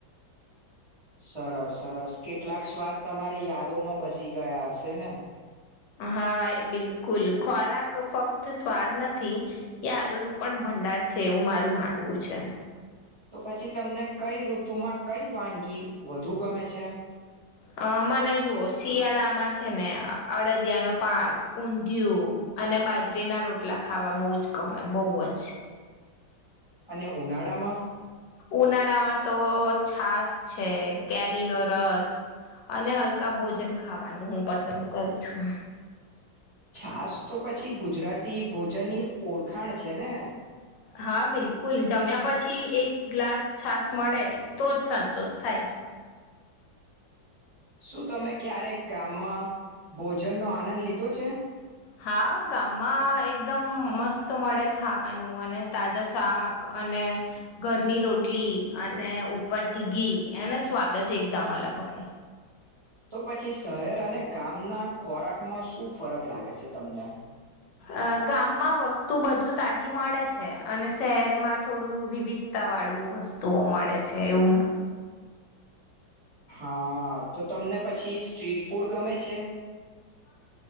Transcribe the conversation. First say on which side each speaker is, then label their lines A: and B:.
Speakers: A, on the right (about 35°); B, on the left (about 75°).
A: સરસ સરસ કેટલાક સ્વાદ તમારી યાદોમાં બસી ગયા હશે ને.
B: હા એ બિલકુલ ખોરાક ફક્ત સ્વાદ નથી યાદો નું પણ ભંડાર છે એવું મારું માનવું છે.
A: તો પછી તમને કઈ ઋતુમાં કઈ વાનગી વધુ ગમે છે?
B: અ મને જુઓ શિયાળામાં છે ને અડદિયાનો પાક ઊંધિયું અને બાજરીના રોટલા ખાવા બહ જ ગમે બહુ જ.
A: અને ઉનાળામાં
B: ઉનાળામાં તો છાસ છે કેરીનોો રસ અને હલકા ભોજન ખાવાનું હું પસંદ કરું છું.
A: છાસ તો પછી ગુજરાતી ભોજનની ઓળખાણ છે ને.
B: હા બિલકુલ જમ્યા પછી એક ગ્લાસ છાસ મળે તો જ સંતોષ થાય.
A: શું તમે ક્યારેક ગામમાં ભોજનનોો આનંદ લીધો છે.
B: હા ગામમાં એકદમ મસ્ત મળે ખાવાનું અને તાજા શાક અને ઘરની રોટલી અને ને ઉપરથી ઘી એને સ્વાદ જ એકદમ અલગ હોય.
A: તો પછી શહેર અને ગામના ખોરાકમાં શું ફરક લાગે છે તમને?
B: અ ગામમાં વસ્તુ બધું તાજી મળે છે અને શહેરમાં થોડું વિવિધતા વાળું વસ્તુઓ મળે છે એવું
A: હા તો તમને પછી સ્ટ્રીટ ફૂડ ગમે છે.